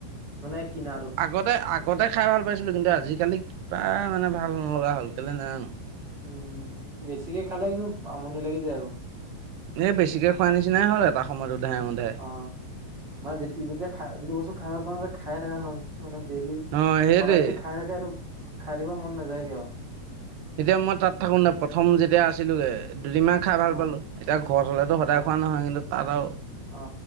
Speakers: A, on the right; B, on the right.
A: মানে। কিনাটোত
B: আগতে আগতে খাই ভাল পাইছিলো কিন্তু আজিকালি কিবা মানে ভাল নলগা হ'ল কেলে নাজানোঁ।
A: উম বেছিকে খালে কিন্তু আমনি লাগি যায় আৰু।
B: এ বেছিকে খোৱা নিচিনাই হ'ল এটা সময়ত উধাই মুধাই
A: অ, মানে যেতিয়া যেতিয়া খাই যিটো বস্তু ঘাহ - বন যে খাই থাকা ন মানে ডেইলি,
B: অ সেইটোৱে
A: সদায় যদি খাই থাকে আৰু খাই থাকিব মন নাযায় গে।
B: এতিয়া মই তাত থাকো নাই প্ৰথম যেতিয়া আছিলোগে দুদিনমান খাই ভাল
A: অ
B: পালোঁ, এতিয়া ঘৰত হলেতো সদায়
A: অ
B: খোৱা নহয় কিন্তু তাত আৰু
A: অ